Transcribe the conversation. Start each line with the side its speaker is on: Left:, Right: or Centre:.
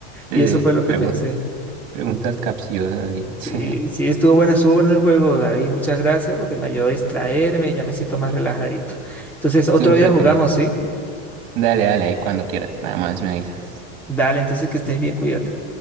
Right: sí,
Centre: Y eso
Right: sí,
Centre: fue lo que
Right: pregun-
Centre: pensé.
Right: preguntas capciosas, sí.
Centre: Sí,
Right: <laughs>
Centre: sí, estuvo bueno, estuvo bueno el juego, David. Muchas gracias porque me ayudó a distraerme y ya me siento más relajadito. Entonces,
Right: Estuvo
Centre: otro
Right: entretenido.
Centre: día jugamos, ¿sí?
Right: Dale, dale, ahí cuando quieras. Nada más me avisas.
Centre: Dale, entonces que estés bien, cuídate.